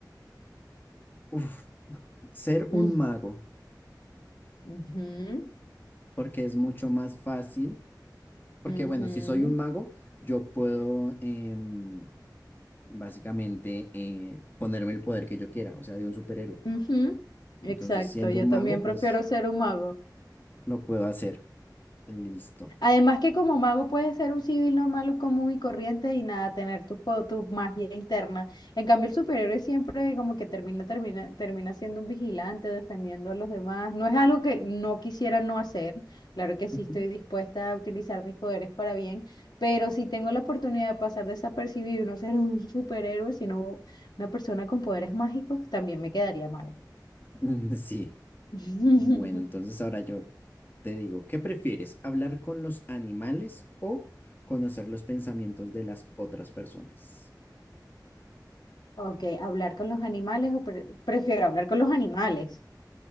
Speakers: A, on the left; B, on the left.
A: Uf, ser
B: Mm,
A: un mago,
B: ujú,
A: porque es mucho más fácil, porque
B: ujú,
A: bueno, si soy un mago, yo puedo em, básicamente eh, ponerme el poder que yo quiera, o sea, de un superhéroe.
B: ujú. Exacto,
A: Entonces, siendo
B: yo
A: un
B: también
A: mago,
B: prefiero
A: pues
B: ser un mago.
A: lo puedo hacer. Listo.
B: Además que como mago puedes ser un civil normal, un común y corriente y nada, tener tu, po- tu magia interna. En cambio, el superhéroe siempre como que termina, termina, termina siendo un vigilante, defendiendo a los demás. No es algo que no quisiera no hacer. Claro que sí
A: Ujú.
B: estoy dispuesta a utilizar mis poderes para bien, pero si tengo la oportunidad de pasar desapercibido y no ser un superhéroe, sino una persona con poderes mágicos, también me quedaría mal.
A: <laughs> Sí.
B: <laughs>
A: Bueno, entonces ahora yo te digo, ¿qué prefieres? ¿Hablar con los animales o conocer los pensamientos de las otras personas?
B: Ok, hablar con los animales o pre- prefiero hablar con los animales.